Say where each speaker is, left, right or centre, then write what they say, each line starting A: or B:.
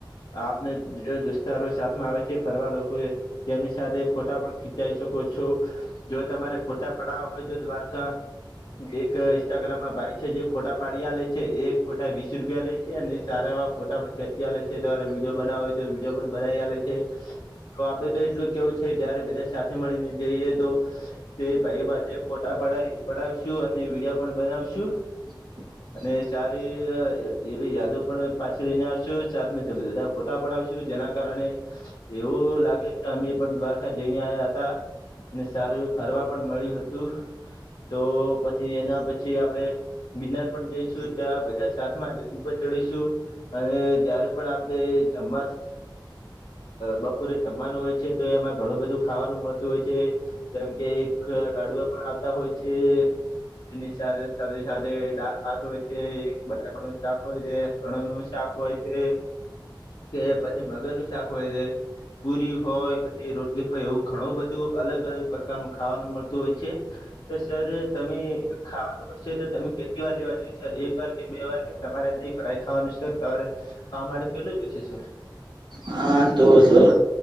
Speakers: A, on the left; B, on the right.
A: આપને જે દોસ્તારો સાથમાં આવે છે ફરવા લોકો એ તેમની સાથે ફોટા પણ ખીચી શકો છો જો તમારે ફોટા પડવા હોય તો દ્વારકા એક ઇન્સ્ટાગ્રામમાં ભાઈ છે જે ફોટા પાડયા લે છે એક ફોટા વીસ રૂપિયા લે છે અને સારા એવા ફોટા પણ ખેંચી આલે છે તમારે વિડીયો બનાવો હોય તો વિડીયો પણ બનાવી આલે છે. તો આપડે તો એટલું કેવું છે જયારે બધા સાથે મળીને જઈએ તો તે ભાઈ પાસે ફોટા પડાવશું અને વિડીયો પણ બનાવશું.
B: <inaudible>
A: અને સારીઅ એવી યાદો પણ પાછી લઈને આવશો સાથે મે બધા બધા ફોટા પડાવશું જેના કારણે એવું લાગે કે અમે પણ દ્વારકા જઈને આવ્યા હતા. અને સારું એવ ફરવા પણ મળ્યું હતું તો પછી એના પછી આપડે ગિનાર પણ જઈશું ત્યાં બધા સાથ માં ઉપર ચડીશું અને જયારે પણ આપડે જમમા બપોરે જમવાનું હોય છે તો એમાં ઘણું બધું ખાવાનું મળતું હોય છે. જેમ કે એક લાડુઓ પણ આવતા હોય છે. તેની સાથે સાથે સાથે દાલ ભાત હોય છે બટાકાણું શાક હોય તે રણ નું શાક હોય છે કે પછી મગર નું શાક હોય છે. પુરી હોય પછી રોટલી હોય એવું ઘણું બધું અલગ અલગ પ્રકારનું ખાવાનું મળતું હોય છે. તો સર તમે ખાવાનું હશે તો તમે કેટલી વાર લેવા જોયે સર એક વાર કે બે વાર કે તમારે નહી ભય ખાવાનું સર તમારે ખાવા માટે કેટલું જોશે સર
B: હા તો સર